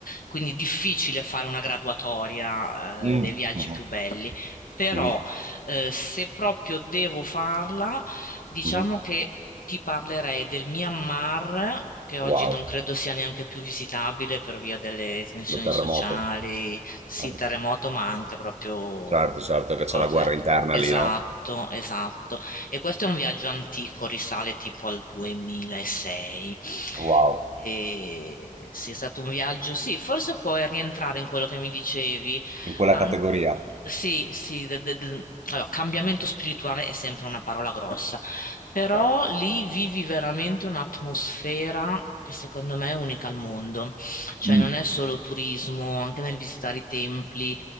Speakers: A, on the left; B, on the right.
A: Quindi difficile fare una graduatoria,
B: Mm.
A: eh, dei viaggi
B: Mhm.
A: più belli. Però,
B: Mhm.
A: eh, se proprio devo farla, diciamo
B: Mhm.
A: che ti parlerei del Myanmar, che oggi
B: Wow,
A: non credo sia neanche più visitabile per via delle tensioni
B: lo terremoto.
A: sociali sì,
B: Anche
A: terremoto,
B: te.
A: ma anche proprio
B: Certo, certo che
A: cose.
B: c'è la guerra interna
A: Esatto,
B: lì, no?
A: esatto. E questo è un viaggio antico, risale tipo al 2006.
B: Wow,
A: E sì, è stato un viaggio, sì, forse puoi rientrare in quello che mi dicevi.
B: in quella
A: An-
B: categoria.
A: sì, sì, de- de- de- allora, cambiamento spirituale è sempre una parola grossa, però
B: Certo.
A: lì vivi veramente un'atmosfera che secondo me è unica al mondo. Cioè
B: Mm,
A: non è solo turismo, anche nel visitare i templi,